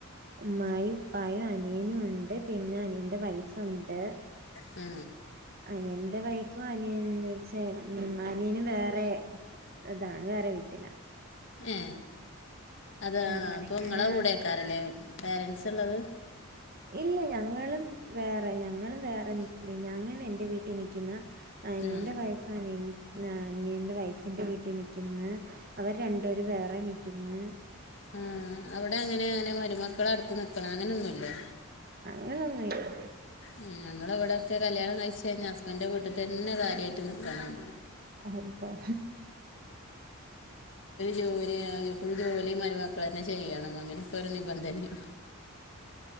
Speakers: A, on the right; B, on the left.
A: ഉമ്മായും ഉപ്പായും അനിയനും ഉണ്ട് പിന്നെ അനിയൻ്റെ വൈഫുണ്ട്
B: മ്മ്
A: അനിയന്റെ വൈഫും അനിയനുന്നുച്ചാ അനിയൻ വേറെ അതാണോ ഇന്ന് വേറെ വീട്ടില്ലാ
B: ഏഹ് അതാ
A: ഞങ്ങളിങ്ങനെ
B: അപ്പൊ നിങ്ങളെ
A: ഹസ്-
B: കൂടെേക്കാരല്ലേ പേരന്സ് ഉള്ളത്
A: ഇല്ല ഞങ്ങളും വേറെ ഞങ്ങളും വേറെ ഞാൻ അയിന് എൻ്റെ വീട്ടിൽ എനിക്കിന്നാ അനിയൻ്റെ
B: ആ
A: വൈഫ് അനിയ അനിയന്റെ വൈഡ്ഫിന്റെ വീട്ടീല് നിക്കിന്നാ അവര് രണ്ടുപേരും വേറെ നിക്കിന്നെ
B: ആ അവിടെ അങ്ങനെ അങ്ങനെ മരുമക്കൾ അടുത്ത് നിക്കണം അങ്ങനൊന്നുല്ലെ
A: അങ്ങനൊന്നുല്ല
B: ഏഹ് ഞങ്ങളവടൊക്കെ കല്യാണം കഴിച്ചക്കഴിഞ്ഞാൽ ഹസ്‌ബൻ്റിൻ്റെ വീട്ട് തന്നെ കാര്യയാട്ട് നിക്കണം <inaudible>
A: അള്ളോ
B: ജോലി ഫുൾ ജോലി മരുമക്കൾ തന്നെ ചെയ്യണം അങ്ങനെയൊക്കെ ഓരോ നിബന്ധനാണ്